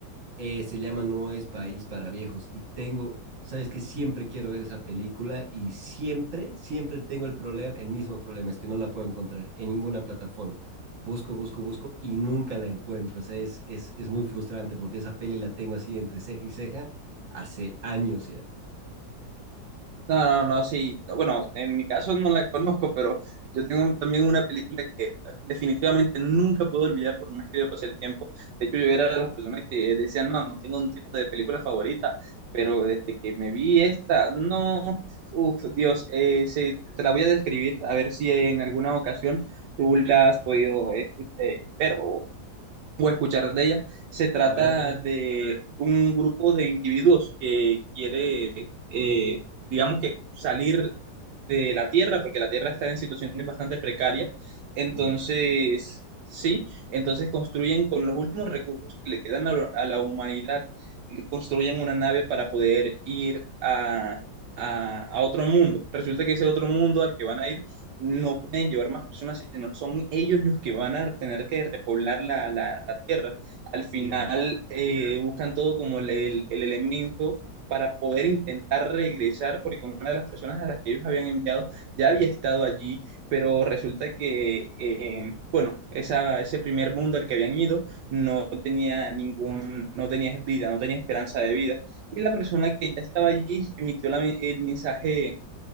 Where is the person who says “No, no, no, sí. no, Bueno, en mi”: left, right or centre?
Right